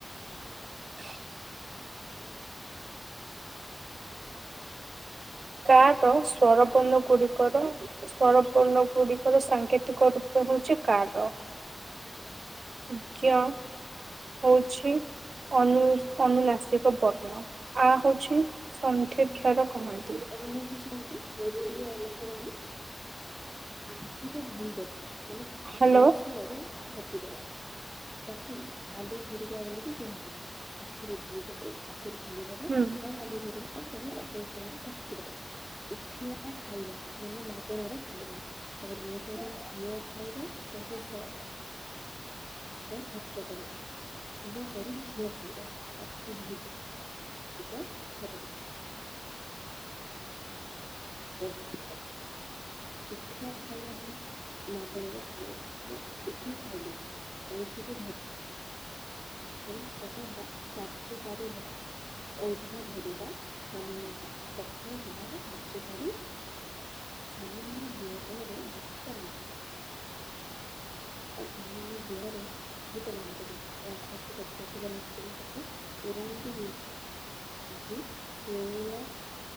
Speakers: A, on the right; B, in the centre.
A: <unintelligible> ଗାଁ ର ସବରପଣ ଗୁଡିକର ସବରପଣ ଗୁଡିକ ସାଙ୍କେତିକ ରୂପ ହଉଛି କାର ବିଜ୍ଞ। ହଉଛି। ଅନ ଅନୁନାସିକ ବର୍ଣ୍ଣ ଆ ହଉଛି ସଂଖକ୍ଷର କହାଣୀ।
B: ଏ ମୁଁ କିଛି କହୁଛି ର ଅ ଲୋକ ବାଣୀ ଆଖି ତ ମାନେ
A: ହ୍ୟାଲୋ
B: କୌଶଳରେ ଠକିଦବା। ତାକୁ ଭାଲୁ ଧରିବା ବୋଲିକି କୁହାଯିବ ଆଖିରେ ଧୋଇଛ ଆଖି ଧଳିଦବା
A: ହୁଁ
B: ବା ଭାଲ ଧ ଅକୌଶଳରେ ଉଠିଆ ଖାଇବା ମାନେ ମାଗଣାରେ ଖାଇବା। ତର୍ମ କରରୁ ଘିଅ ଖାଇବା ହଉଛି ତ ଖର୍ଚ୍ଚ କରିବ। ଦୂର କରି ଘିଅ ଖାଇବା ଶକ୍ତି ଭ <unintelligible> ଆଉ ପବ ଧା ଉଠିଆ ଖାଇବା <unintelligible> ମାଗଣାରେ ମେ ଉଠି ଆଇବୁ ଔଷଧ ଆ ସପ କାର୍ଯ୍ୟକାରୀ ହେ ଔଷଧ ଧରିବା ମାନେ ହଉଛି ଶକ୍ତି। ହେବାର କାର୍ଯ୍ୟକାରୀ ହେବା ସାମାନ୍ୟ ବ୍ୟୟରେ ବହୁତ ସାମାନ୍ୟ ବେୟରେ ବହୁତ ଆରମ୍ଭ କରିବ। କମ୍ ଖର୍ଚ୍ଚ କରି ଅଧିକ ଲୋକ ଜ ପାଖ ଗ୍ୟାରେଣ୍ଟି ହୋଇ। ଧି ସେଉର